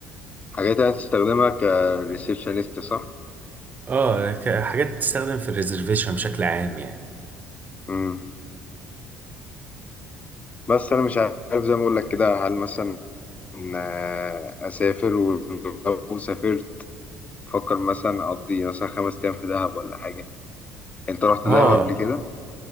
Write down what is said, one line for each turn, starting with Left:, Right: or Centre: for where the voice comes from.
Left: حاجات هتستخدمها كريسبشنست صح
Right: اه ك- حاجات بتستخدم في الريزرفيشن بشكل عام يعني
Left: مم. بس انا مش عارف زي ما اقول لك كده هل مثلا آه، اسافر ولو سافرت فكر مثلا اقضي مثلا خمس ايام في دهب ولا حاجة انت رحت
Right: اه
Left: دهب قبل كده